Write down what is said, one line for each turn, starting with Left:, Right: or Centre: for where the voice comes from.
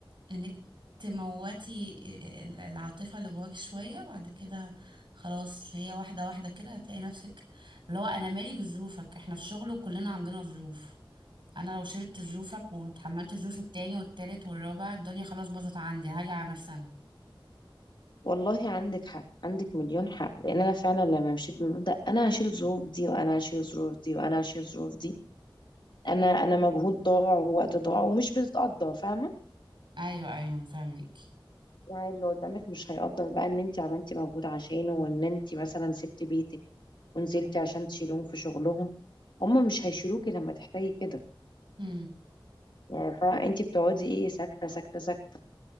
Right: انك تموتي ال- العاطفة اللي جواك شوية بعد كده خلاص هي واحدة واحدة كده هتلاقي نفسك اللي هو انا مالي بظروفك احنا في شغل وكلنا عندنا ظروف انا لو شلت ظروفك وتحملت ظروف التاني والتالت والرابع الدنيا خلاص باظت عندي هاجي على نفسي انا
Left: والله عندك حق عندك مليون حق لان انا فعلا لما مشيت بالمبدأ انا هشيل الظروف دي وانا هشيل الظروف دي وانا هشيل الظروف دي انا انا مجهود ضاع ووقت ضاع ومش بتتقدر فاهمه
Right: ايوه ايوه انا فاهمك
Left: يعني اللي قدامك مش هيقدر بقى ان انت عملتي مجهود عشانه وان انت مثلا سبتي بيتك ونزلتي عشان تشيلهم في شغلهم هم مش هيشيلوكي لما تحتاجي كده
Right: امم
Left: يعني فانت بتقعدي ايه ساكته ساكته ساكته